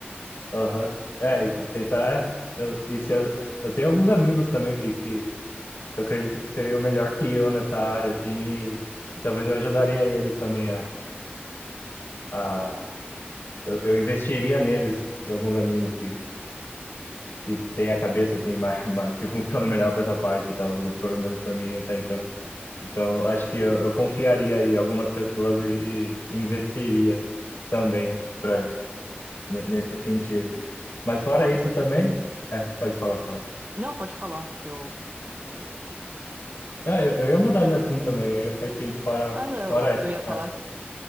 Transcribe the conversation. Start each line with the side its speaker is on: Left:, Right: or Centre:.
Left: aham, é, e e tentar, é, eu, e se eu, eu tenho alguns amigos também que, que, que eu acredito que seriam melhor que eu nessa área, assim, e, e talvez eu ajudaria eles também a, a eu, eu investiria neles e alguns amigos que, que tem a cabeça assim mais, <laughs> mais- que funciona melhor para essa parte e tal, pelo menos para mim até então. Então, acho que eu, eu confiaria aí em algumas pessoas e, e investiria também para nesse sentido. Mas fora
Right: Uma
Left: isso
Right: coisa...
Left: também, é, pode falar, fala.
Right: Não, pode falar, que eu... é,
Left: Não, eu, eu ia mudar de assunto também, eu ia partir para
Right: Ah, não,
Left: fora,
Right: eu, eu ia falar
Left: é, é,
Right: que,